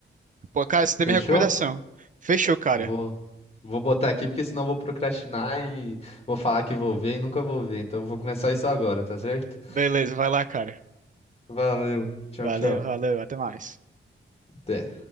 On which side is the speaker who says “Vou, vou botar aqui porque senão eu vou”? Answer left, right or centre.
Left